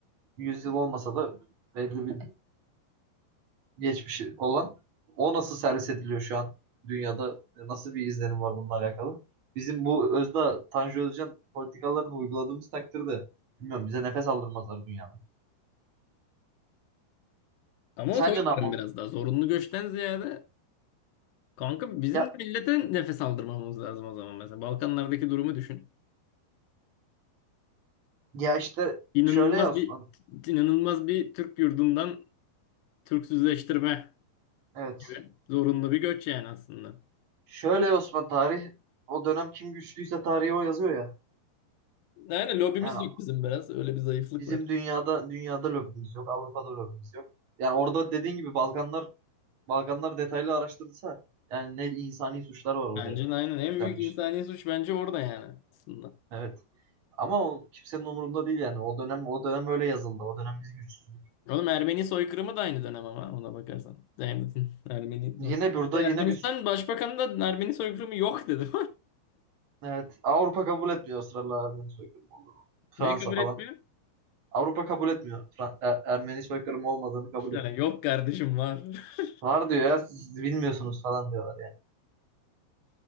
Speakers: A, on the right; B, on the left.
A: 100 yıl olmasa da belli bir geçmişi olan o nasıl servis ediliyor şu an dünyada nasıl bir izlenim var bununla alakalı? Bizim bu Özda Tanju Özcan politikalarını uyguladığımız takdirde bilmiyorum bize nefes aldırmazlar dünyada.
B: Ama
A: Sence
B: o soykırım
A: ne yapmam?
B: biraz daha. Zorunlu göçten ziyade kanka bizim
A: Ya,
B: de millete nefes aldırmamız lazım o zaman mesela. Balkanlardaki durumu düşün.
A: ya işte
B: İnanılmaz
A: şöyle ya Osman.
B: bir inanılmaz bir Türk yurdundan Türksüzleştirme
A: Evet.
B: gibi. Zorunlu bir göç yani aslında.
A: Şöyle Osman tarih o dönem kim güçlüyse tarihi o yazıyor ya.
B: Aynen lobimiz
A: Yani
B: yok bizim biraz. Öyle bir zayıflık
A: bizim
B: var.
A: dünyada dünyada lobimiz yok, Avrupa'da lobimiz yok. Yani orada dediğin gibi Balkanlar Balkanlar detaylı araştırılsa yani ne insani suçlar var orada
B: Bence de aynen. En
A: işlenmiş.
B: büyük insani suç bence orada yani aslında.
A: Evet. Ama o kimsenin umurunda değil yani. O dönem o dönem öyle yazıldı. O dönem biz güçsüzdük.
B: Oğlum Ermeni soykırımı da aynı dönem ama ona bakarsan. Yani <laughs> Ermeni
A: Yine
B: soy-
A: burada
B: Ermenistan
A: yine bir
B: Başbakanı da Ermeni soykırımı yok dedi.
A: evet Avrupa kabul etmiyor ısrarla Ermeni soykırımı olduğunu.
B: <laughs>
A: Fransa
B: Neyi kabul
A: falan.
B: etmiyor?
A: Avrupa kabul etmiyor. Fran- Er- Ermeni soykırımı olmadığını kabul
B: Yani
A: etmiyor.
B: yok kardeşim var. <laughs>
A: Var diyor ya siz bilmiyorsunuz falan diyorlar yani.